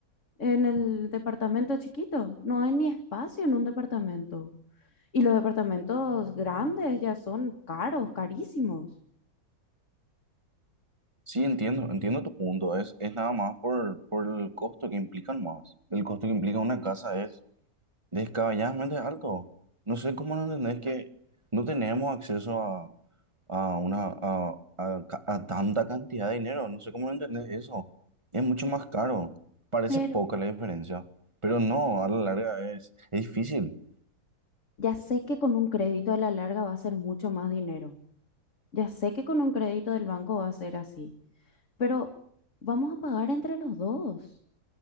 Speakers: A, on the left; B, on the right.
A: En el departamento chiquito. No hay ni espacio en un departamento. Y los departamentos grandes ya son caros, carísimos.
B: Sí, entiendo, entiendo tu punto. Es, es nada más por, por el costo que implican más. El costo que implica una casa es Descabelladamente alto. No sé cómo no entendés que no tenemos acceso a, a una, a, a ca- a tanta cantidad de dinero. No sé cómo no entendés eso. Es mucho más caro. Parece
A: Pero
B: poca la diferencia, pero no, a la larga es, es difícil.
A: ya sé que con un crédito a la larga va a ser mucho más dinero. Ya sé que con un crédito del banco va a ser así. Pero vamos a pagar entre los dos.